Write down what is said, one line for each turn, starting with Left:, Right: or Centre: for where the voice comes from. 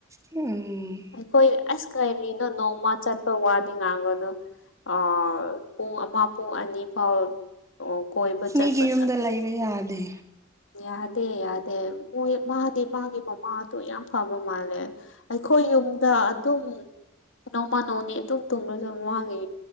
Right: ꯎꯝ
Left: ꯑꯩꯈꯣꯏ ꯑꯁ ꯀꯔꯤꯅꯣ ꯅꯣꯡꯃ ꯆꯠꯄ ꯋꯥꯗꯤ ꯉꯥꯡꯒꯅꯨ ꯑ ꯄꯨꯡ ꯑꯃ ꯄꯨꯡ ꯑꯅꯤ ꯐꯥꯎ ꯀꯣꯏ ꯆꯠ
Right: ꯃꯤꯒꯤ
Left: ꯄ
Right: ꯌꯨꯝꯗ ꯂꯩꯕ ꯌꯥꯗꯦ
Left: ꯌꯥꯗꯦ ꯌꯥꯗꯦ ꯃꯣꯏ ꯃꯥꯗꯤ ꯃꯥꯒꯤ ꯃꯃꯥꯗꯣ ꯌꯥꯝ ꯐꯕ ꯃꯥꯜꯂꯦ ꯑꯩꯈꯣꯏ ꯌꯨꯝꯗ ꯑꯗꯨꯝ ꯅꯅꯥꯧ ꯃꯥꯅꯧꯅꯤ ꯑꯗꯨꯝ ꯇꯨꯝꯂꯁꯨ ꯃꯥꯒꯤ